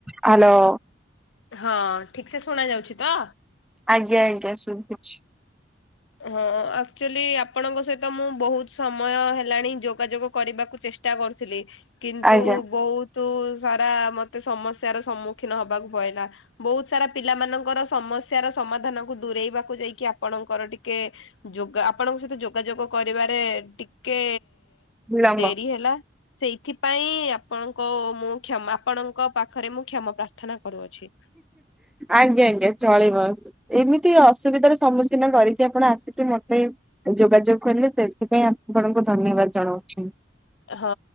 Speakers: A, in the centre; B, on the left (about 90°).
A: Hello.
B: ହଁ ଠିକ ସେ ଶୁଣା ଯାଉଛି ତ।
A: ଆଜ୍ଞା ଆଜ୍ଞା ଶୁଭୁଛି।
B: ହଁ ଆକ୍ଚୁଆଲି ଆପଣଙ୍କ ସହିତ ମୁଁ ବହୁତ ସମୟ ହେଲାଣି ଯୋଗାଯୋଗ କରିବାକୁ ଚେଷ୍ଟା କରୁଥିଲି କିନ୍ତୁ
A: ଆଜ୍ଞା
B: ବହୁତ ତୁ ସାରା ମତେ ସମସ୍ୟାର ସମ୍ମୁଖୀନ ହବାକୁ ପଡିଲା। ବହୁତ ସାରା ପିଲା ମାନଙ୍କର ସମସ୍ୟା ର ସମାଧାନକୁ ଦୂରେଇବାକୁ ଯାଇକି ଆପଣଙ୍କର ଟିକେ ଟିକେ ଯୋଗ ଆପଣଙ୍କ ସହିତ ଯୋଗାଯୋଗ କରିବାରେ ଟିକେ
A: ବିଳମ୍ବ।
B: ଡେରି ହେଲା ସେଇଥିପାଇଁ ଆପଣଙ୍କ ମୁଁ କ୍ଷମା ଆପଣଙ୍କ ପାଖରେ ମୁଁ କ୍ଷମା ପ୍ରାର୍ଥନା କରୁଅଛି।
A: ଆଜ୍ଞା ଆଜ୍ଞା ଚଳିବ। ଏମିତି ଅସୁବିଧାର ସମ୍ମୁଖୀନ କରିକି ଆପଣ ଆସିକି ମତେ ଯୋଗାଯୋଗ କଲେ ସେଥିପାଇଁ ଆପଣଙ୍କୁ ଧନ୍ୟବାଦ ଜଣାଉଛି।
B: ହଁ